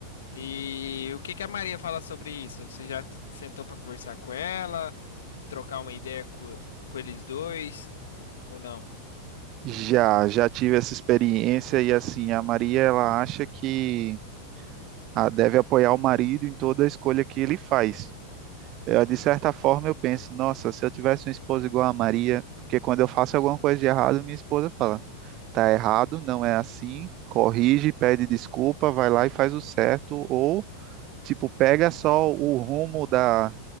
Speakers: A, on the left (about 65°); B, on the right (about 35°).
A: E o que que a Maria fala sobre isso? Você já t- sentou pra conversar com ela, trocar uma ideia co- com eles dois, ou não?
B: Já, já tive essa experiência e assim, a Maria ela acha que ah, deve apoiar o marido em toda a escolha que ele faz. Eu, de certa forma, eu penso, nossa, se eu tivesse uma esposa igual a Maria, porque quando eu faço alguma coisa de errado, minha esposa fala, tá errado, não é assim, corrige, pede desculpa, vai lá e faz o certo, ou tipo, pega só o rumo da